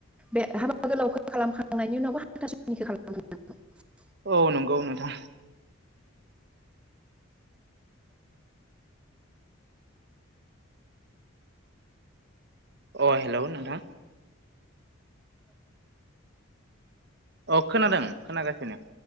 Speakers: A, in the centre; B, on the right.
A: बे हाबा गोलावखौ खालामखांनायनि उनावबो हाथासुनिखौ खालाम <unintelligible>
B: औ नंगौ नोंथां अ हेल' नोंथां अ खोनादों खोनागासिनो।